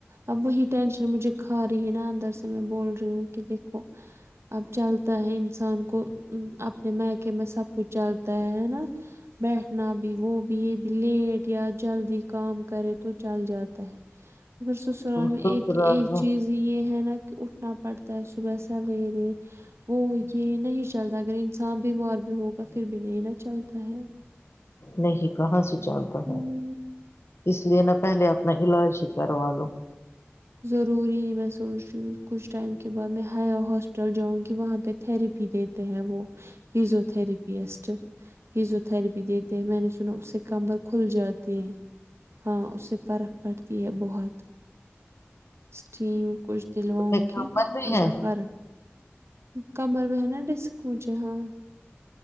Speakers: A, on the right; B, on the left.
A: اب وہی ٹینشن مجھے کھا رہی ہے نا اندر سے میں بول رہی ہوں کہ دیکھو اب چلتا ہے انسان کو ا اپنے میکے میں سب کچھ چلتا ہے ہے نا بیٹھنا بھی وہ بھی یہ بھی لیٹ یا جلدی کام کرے تو چل جا مگر سسرال میں
B: سسرال
A: ایک ایک
B: میں
A: چیز یہ ہے نا کہ اٹھنا پڑتا ہے صبح سویرے وہ یہ نہیں چلتا اگر انسان بیمار بھی ہوگا پھر بھی نہیں نا چلتا ہے
B: نہیں کہاں سے چلتا
A: ہوں،
B: ہے اس لیے نہ پہلے اپنا علاج ہی کروا لو
A: ضروری میں سوچ رہی ہوں کچھ ٹائم کے بعد میں ہیا ہاسپٹل جاؤں گی وہاں پہ تھیراپی دیتے ہیں وہ فزیوتھراپیسٹ فزیوتھراپی دی تی میں نے سنا اس سے کمر کھل جاتے ہیں ہاں اس سے فرق پڑتی ہے بہت اسٹیم کچھ دلواؤں
B: تم ایک
A: گی
B: نمبر
A: تھوڑا
B: میں ہے
A: سا فرق کمر میں ہے نا ڈسک مجھے ہاں